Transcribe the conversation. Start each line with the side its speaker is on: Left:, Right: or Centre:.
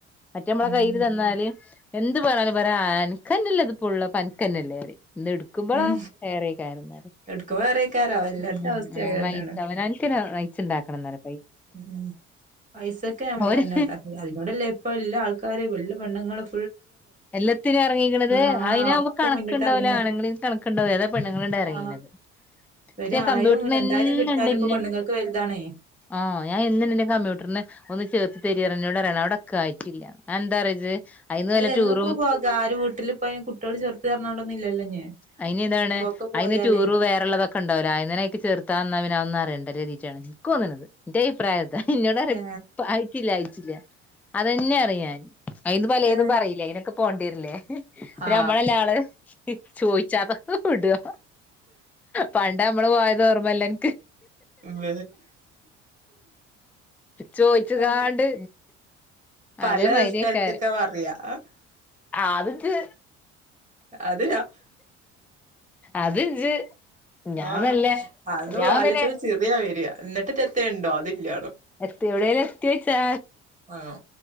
Centre: മറ്റേമ്മളെ
Right: ഉം
Centre: കയ്യിൽ തന്നാല് എന്ത് പറഞ്ഞാലും പറയാ ആൻകെന്നല്ലേത് ഫുൾ പൻക്കന്നല്ലേ അറി ഇന്ന് എടുക്കുമ്പളാ
Right: ഉം
Centre: ഏറെയ്കാരം പർയ
Right: എടുക്കുമ്പോ വേറെക്കാരം എല്ലാടത്തെ
Centre: <unintelligible>
Right: അവസ്ഥ അങ്ങനെ തന്നെയാണ്
Centre: അവനാൻക്കന്നെ ച്ണ്ടാക്കണന്നലും
Right: ഉം പൈസക്കെ നമ്മളന്നെ
Centre: ഓര്
Right: ണ്ടാക് അതിനോടല്ലെ ഇപ്പൊ എല്ലാ ആൾക്കാര വല്ല പെണ്ണങ്ങളും
Centre: എല്ലത്തിനും എറങ്ങിക്ണത്
Right: ആ
Centre: അയിനഉമ്പ
Right: ഒക്കെ
Centre: കണക്ണ്ടാവുല
Right: മുന്നിട്ടെറങ്ങാ
Centre: ആണുങ്ങളെൽ കണക്ണ്ടാവ് എതാ പെണ്ണുങ്ങള്ണ്ട് എറങ്ങീണത്
Right: ആ ഒരായിരം
Centre: ഫ്യ കമ്പ്യൂട്ടർനെന്നെണ്ട്
Right: രണ്ടായിരം കിട്ടിയാലും ഇപ്പൊ
Centre: ന്നെ
Right: പെണ്ണുങ്ങൾക്ക് വലുതാണേ
Centre: ആഹ് ഞാ എന്ന്ണ്ട് ഇന്നെ കമ്പ്യൂട്ടറിന് ഒന്ന് ചേർത്ത് തരി യറിഞ്ഞിൂടെ അറിയണം അവിടെ ഒക്കെ ആയിട്ടില്ല അഹ് എന്താറി ഇജ്ജ് ഹ് നല്ല
Right: അല്ല
Centre: ടൂറും
Right: ഇങ്ങക്ക് പോകാ ആര് വീട്ടില് ഇപ്പ അയിന് കുട്ടികള് ചെറുത് പറഞ്ഞോണ്ടൊന്നും ഇല്ലല്ലോ ഇഞ്ഞ്
Centre: അയിന് താണ്
Right: ഇതൊക്കെ പോയാലേ
Centre: അയിന് ടൂർ വേറെള്ളതൊക്കെണ്ടാവ് ലെ അയിന്നനയ്ക് ചേർത്താന്ന പിന്നെ അ ഒ ന്നറേണ്ടര് രീചേണ് ക്കോന്ന്ണത് ന്റെയിപ്രായത് ദ ഇന്നോടറിം
Right: ഏ
Centre: പൊ അയിട്ടില്ല അയിച്ചില്ല അതെന്നെ അറിയാൻ അയില് പലേ
Right: ഏ
Centre: ത് പറയില്ല അയിനൊക്കെ പോണ്ടീരില്ലേ പി
Right: ആ
Centre: അമ്മളല്ല ആള് ചോയിച്ചാത വിട പണ്ട് നമ്മള് പോയത് ഓർമ്മ എല്ലൻ
Right: വ
Centre: ചോയിച്ചുകാണ്ട്
Right: അ പല
Centre: അതേ മാതിരിയേക്കാരം
Right: സ്ഥലത്തൊക്കെ വ യാ
Centre: അത് ഇജ്ജ്
Right: അത്
Centre: അത് ഇജ്ജ് ഞാൻ
Right: ആഹ
Centre: നല്ല
Right: അന്ന്
Centre: ഞാൻ
Right: പാലിച്ചപ്പോ
Centre: പിന്നെ
Right: ചെറിയാ വരിയാ എന്നിട്ട് രെത്തുണ്ടോ അതില്ല
Centre: എത്തി എവിടെ എത്തി വച്ചാ
Right: ആഹ